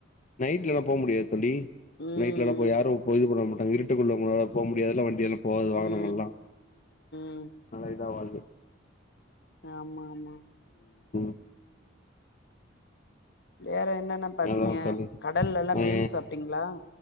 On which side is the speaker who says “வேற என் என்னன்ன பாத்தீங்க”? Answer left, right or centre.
Left